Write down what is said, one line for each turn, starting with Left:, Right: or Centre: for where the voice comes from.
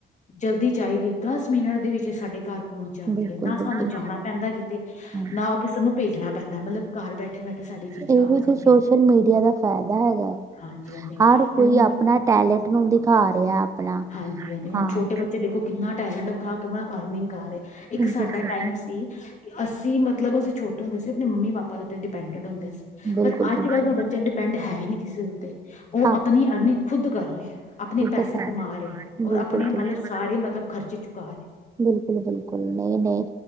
Left: ਜਲਦੀ ਚਾਹੀਦੀ ਹੈ। ਦਸ ਮਿੰਟ ਦੇ ਵਿੱਚ ਸਾਡੇ ਘਰ ਪਹੁੰਚ ਜਾਂਦੀ
Right: ਬਿਲਕੁਲ
Left: ਹੈ ਨਾ
Right: ਬਿਲਕੁਲ
Left: ਸਾਨੂੰ ਜਾਣਾ ਪੈਂਦਾ ਕਿਤੇ
Right: ਹਾਂ
Left: ਨਾ ਉਹ ਕਿਸੇ ਨੂੰ ਭੇਜਣਾ ਪੈਂਦਾ ਮਤਲਬ ਘਰ ਬੈਠੇ ਬੈਠੇ ਸਾਡੀ ਚੀਜ਼ਾਂ
Right: ਇਹੀ
Left: ਆ
Right: ਤੇ
Left: ਜਾਂਦੀਆਂ
Right: ਸੋਸ਼ਲ ਮੀਡੀਆ ਦਾ ਫਾਇਦਾ ਹੈਗਾ।
Left: ਹਾਂਜੀ ਹਾਂਜੀ
Right: ਹਰ ਕੋਈ
Left: ਹ
Right: ਆਪਣਾ ਟੈਲੈਂਟ ਨੂੰ ਦਿਖਾ ਰਿਹਾ ਆਪਣਾ
Left: ਹਾਂਜੀ ਹਾਂਜੀ ਹੁਣ
Right: ਹਾਂ
Left: ਛੋਟੇ ਬੱਚੇ ਦੇਖੋ ਕਿੰਨਾ ਟੈਲੈਂਟ ਵਿਖਾ ਕਿ ਅਰਨਿੰਗ ਕਰ ਰਹੇ। ਇੱਕ
Right: ਬਿਲਕੁਲ
Left: ਸਾਡਾ ਟਾਈਮ ਸੀ ਅਸੀਂ ਮਤਲਬ ਅਸੀਂ ਛੋਟੇ ਹੁੰਦੇ ਸੀ ਆਪਣੇ ਮੰਮੀ ਪਾਪਾ ਦੇ ਉੱਤੇ ਡਿਪੈਂਡਟ ਹੁੰਦੇ ਸੀ।
Right: ਬਿਲਕੁਲ
Left: ਪਰ ਅੱਜ
Right: ਬਿਲਕੁਲ
Left: ਕੱਲ੍ਹ ਦਾ ਬੱਚਾ ਡਿਪੈਂਡ ਹੈ ਹੀ ਨਹੀਂ ਕਿਸੇ ਉੱਤੇ ਉਹ
Right: ਆਪ
Left: ਆਪਣੀ ਅਰਨਿੰਗ ਖੁਦ ਕਰ ਰਿਹਾ। ਆਪਣੇ
Right: ਖੁਦ
Left: ਪੈਸੇ
Right: ਕਰ
Left: ਕਮਾ ਰਹੇ
Right: ਬਿਲਕੁਲ
Left: ਔਰ ਆਪਣੇ
Right: ਬਿਲਕੁਲ
Left: ਮਤਲਬ ਸਾਰੇ ਮਤਲਬ ਖਰਚੇ ਚੁਕਾ ਰਹੇ।
Right: ਬਿਲਕੁਲ ਬਿਲਕੁਲ ਨਹੀਂ ਨਹੀਂ